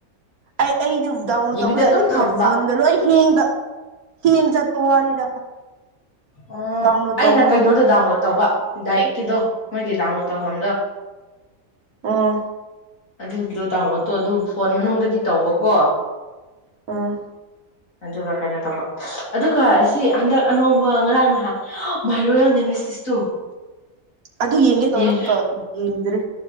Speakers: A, on the right; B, on the left.
A: ꯑꯩ ꯑꯩꯗꯨ ꯗꯥꯎꯟꯂꯣꯗ
B: ꯌꯦꯕꯤꯗ
A: ꯇꯧꯕ ꯌꯥꯗꯦ
B: ꯑꯗꯨꯝ ꯊꯝꯕ
A: ꯐꯣꯟꯗꯣ ꯂꯣꯏ ꯍꯦꯡꯗ ꯍꯦꯡ ꯆꯠꯄ ꯋꯥꯅꯤꯗ
B: ꯑꯣ
A: ꯗꯥꯎꯟꯂꯣꯗ
B: ꯑꯩꯅ
A: ꯇꯧꯕꯗꯣ
B: ꯀꯩꯅꯣꯗꯨ ꯗꯥꯎꯟꯂꯣꯗ ꯇꯧꯕ ꯗꯥꯏꯔꯦꯛꯀꯤꯗꯣ ꯃꯣꯏꯒꯤ ꯗꯥꯎꯟꯂꯣꯗ ꯇꯧꯐꯝꯗꯣ
A: ꯑꯣ
B: ꯑꯗꯨꯒꯤꯗꯣ ꯗꯥꯎꯟꯂꯣꯗꯇꯨ ꯇꯨ ꯑꯗꯨ ꯐꯣꯟ ꯃꯅꯨꯡꯗꯗꯤ ꯇꯧꯕꯀꯣ
A: ꯎꯝ
B: ꯑꯗꯨꯒ ꯀꯩꯅꯣ ꯇꯧꯕ ꯑꯗꯨꯒ ꯁꯤ ꯍꯟꯗꯛ ꯑꯅꯧꯕ ꯕ ꯉꯔꯥꯡ ꯅꯍꯥꯟ ꯃꯥꯏ ꯔꯣꯌꯦꯜ ꯅꯦꯃꯦꯁꯤꯁꯇꯨ
A: ꯑꯗꯨ ꯌꯦꯡꯒꯦ ꯇꯧꯔꯒ
B: ꯌꯦꯡ
A: ꯌꯦꯡꯗ꯭ꯔꯤ